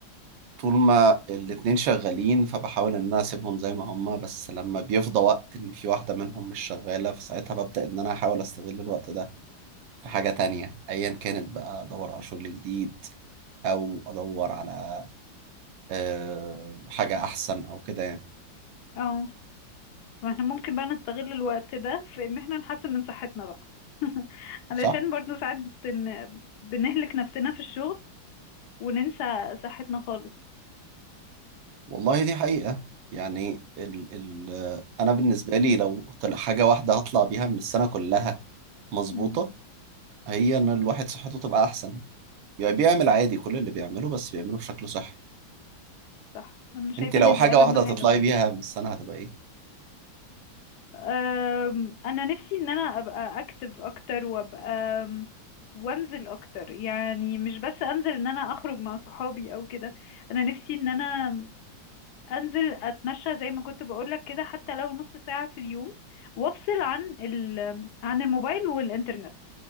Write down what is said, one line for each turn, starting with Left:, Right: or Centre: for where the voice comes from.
Right: ما الاتنين شغالين فبحاول ان انا اسيبهم زي ما هما بس لما بيفضى وقت ان في واحده منهم مش شغاله فساعتها ببدا ان انا احاول استغل الوقت ده في حاجة تانية أيا كانت بقى أدور على شغل جديد أو أدور على آه، حاجة أحسن أو كده يعني
Left: اه واحنا ممكن بقى نستغل الوقت ده في ان احنا نحسن من صحتنا بقى <laughs> علشان
Right: صح؟
Left: برضو ساعات بن... بنهلك نفسنا في الشغل وننسى صحتنا خالص
Right: والله دي حقيقة يعني ال ال آه، أنا بالنسبة لي لو طلع حاجة واحدة هطلع بيها من السنة كلها مظبوطة
Left: امم
Right: هي إن الواحد صحته تبقى أحسن يعني بيعمل عادي كل اللي بيعمله بس بيعمله بشكل صحي
Left: صح انا شايفة
Right: أنت لو
Left: ان
Right: حاجة
Left: دي اهم
Right: واحدة
Left: حاجة
Right: هتطلعي بيها من السنة هتبقى إيه؟
Left: أم، انا نفسي ان انا ابقى اكتف اكتر وابقى أم، وانزل اكتر يعني مش بس انزل ان انا اخرج مع صحابي او كده انا نفسي ان انا انزل اتمشى زي ما كنت بقولك كده حتى لو نص ساعة في اليوم وافصل عن ال عن الموبايل والانترنت